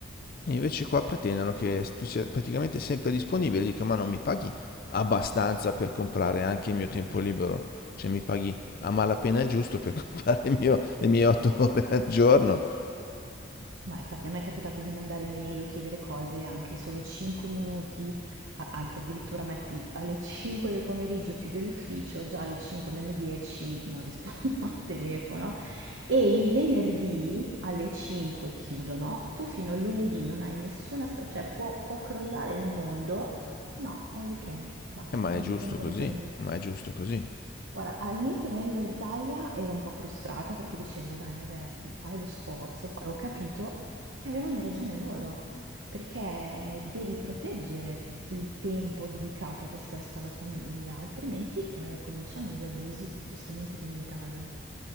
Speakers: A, on the left (about 45°); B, on the right (about 70°).
A: E invece qua pretendono che tu sia praticamente sempre disponibile. Dico, ma non mi paghi abbastanza per comprare anche il mio tempo libero? Cioè mi paghi a malapena il giusto per <laughs> comprare il mio- le mie otto <laughs> ore al giorno?
B: Ma infatti a me è capitato di mandare email o chiedere cose anche solo 5 minuti, a- anzi addirittura metti alle 5 del pomeriggio chiudo l'ufficio, già alle 5 meno 10 non rispondo <laughs> al telefono e il venerdì alle 5 chiudono, tu fino al lunedì non hai nessuna, spe- cioè può, può crollare il mondo, no, è weekend, basta,
A: Eh, ma
B: non,
A: è giusto
B: non puoi
A: così,
B: più fare niente.
A: ma è giusto così.
B: Guarda, all'inizio venendo dall'Italia ero un po' frustrata perché dicevo: "Dai, vabbè, f fai lo sforzo". Poi ho capito che avevano ragione loro, perché devi proteggere il tempo dedicato a te stesso, alla famiglia, altrimenti, ehm, cominciano gli abusi, eh, giustamente come in Italia.